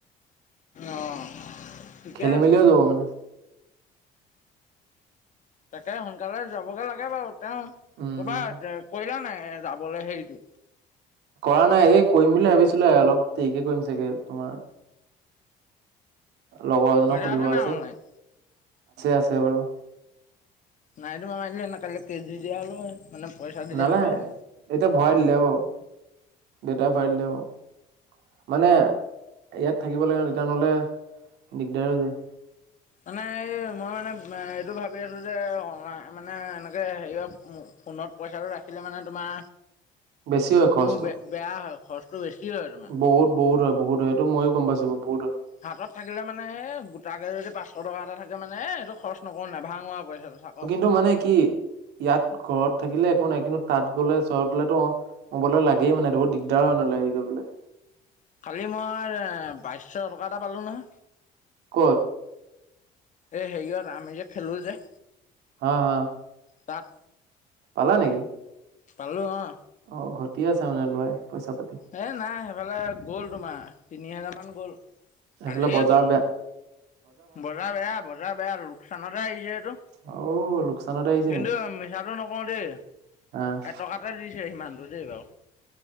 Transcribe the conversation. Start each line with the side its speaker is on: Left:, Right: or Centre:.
Left: অহ ঠিকে
Right: খেলি
Left: আছে
Right: মেলিও যাব মানে
Left: তাকে সোনকালে যাবগৈ লাগে বাৰু তেওঁ
Right: উম।
Left: ক'ৰবাত কৈলা নাই যাবলৈ হেৰিটো
Right: কৰা নাই এ কৰিম বুলি ভাবিছিলো অলপ দেৰিকে কৰিম চাগে তোমাৰ লগৰ এজনক
Left: পইচা
Right: সুধিব আছে
Left: নাই অনলাইন
Right: আছে বাৰু
Left: নাই তোমাৰ মই মাৰিলে এনে কালি কেজি দিয়া হল মানে পইচা দি
Right: নালাগে,
Left: দিয়া হ'লেও মোক
Right: এতিয়া ভৰাই দিলে বাৰু, দেউতাই ভৰাই দিলে বাৰু। মানে ইয়াত থাকিব লাগে দেউতাৰ হ'লে দিগদাৰো হৈ যায়।
Left: মানে এই মই মানে এইটো ভাবি আছোঁ যে মানে এনেকৈ হেৰি ফোনত পইচাটো ৰাখিলে মানে তোমাৰ
Right: বেছি হয় খৰচটো।
Left: মোৰ বেয়া হয় খৰচটো বেছি হয় তোমাৰ
Right: বহুত, বহুত হয় বহুত হয় সেইটো ময়ো গম পাইছ বাৰু বহুত হয়।
Left: হাতত থাকিলে মানে গোটাকে যদি পাছ শ টকা এটা থাকে মানে এইটো খৰচ নকৰো নাই নেভাঙো পইচাটো থাকক।
Right: টো মানে কি? ইয়াত ঘৰত থাকিলে একো নাই কিন্তু তাত গ'লে চহৰত গ'লে‌ টো অ' মোবাইলত লাগেই মানে বহুত দিগদাৰ হয় নহলে আহি যাবলে।
Left: কালি মই বাইছশ টকা এটা পালোঁ নহয়।
Right: ক'ত?
Left: এই হেৰিয়ত আমি যে খেলোঁ যে।
Right: অ‌', অ'।
Left: তাত।
Right: পালা নেকি?
Left: পালো অ'।
Right: অ', ঘটি আছে মানে লোৰাই পইচা পাতি।
Left: এই নাই সেইফালে গ'ল তোমাৰ, তিনি হেজাৰমান গ'ল।
Right: সেইফালে
Left: কালিয়ে
Right: বজাৰ
Left: গ'ল
Right: বেয়া।
Left: বজাৰ বেয়া, বজাৰ বেয়া লোকচানতে আহিছে এইটো।
Right: অ লোকচানত আহিছে
Left: কিন্তু মিছাটো নকওঁ দেই।
Right: অ'।
Left: এটকাতে দিছে সিমানটো দেই বাৰু।